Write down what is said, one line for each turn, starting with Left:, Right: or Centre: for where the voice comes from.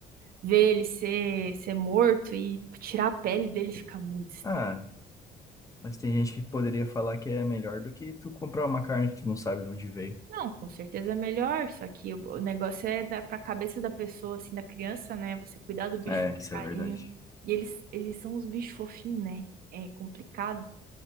Right: ver ele ser, ser morto e tirar a pele dele fica muito estranho.
Left: Ah, mas tem gente que poderia falar que é melhor do que tu comprar uma carne que tu não sabe de onde veio.
Right: Não, com certeza é melhor, só que o, o negócio é da, pra cabeça da pessoa, assim, da criança, né, você cuidar do bicho
Left: É, isso
Right: com carinho,
Left: é verdade.
Right: e eles, eles são os bichos fofinhos, né, é complicado,